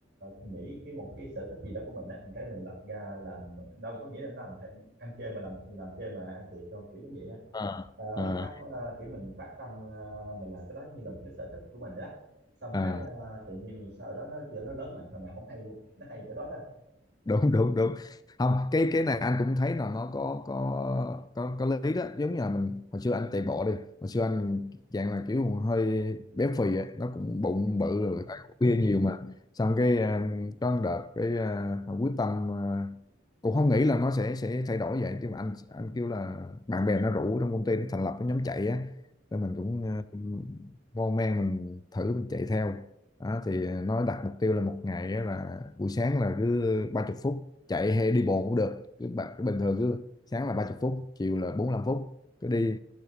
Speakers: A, on the right; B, on the left.
A: nghĩ cái một cái sở thích gì đó của mình á cái mình lập ra làm đâu có nghĩa là làm thể- ăn chơi mà làm làm chơi mà ăn thiệt đâu kiểu giống vậy á.
B: à,
A: à,
B: à.
A: phát à, kiểu mình phát tâm à, mình làm cái đó như là một cái sở thích của mình đó xong
B: à
A: cái à, tự nhiên rồi sau đó nó nó lớn mạnh hồi nào không hay luôn nó hay cái đó đó
B: đúng đúng đúng không cái cái này anh cũng thấy là nó có có có có lý đó giống như là mình hồi xưa anh chạy bộ đi hồi xưa anh dạng là kiểu hơi béo phì ấy. nó cũng bụng
A: yeah.
B: bự rồi tại cũng bia nhiều mà xong cái à, có một đợt cái à, quyết tâm à, cũng không nghĩ là nó sẽ sẽ thay đổi vậy nhưng mà anh anh kêu là bạn bè nó rủ trong công ty nó thành lập cái nhóm chạy á nên mình cũng à, mon men mình thử mình chạy theo đó, thì nó đặt mục tiêu là một ngày á là buổi sáng là cứ 30 phút chạy hay đi bộ cũng được cứ bạn cứ bình thường cứ sáng là 30 phút chiều là 45 phút cứ đi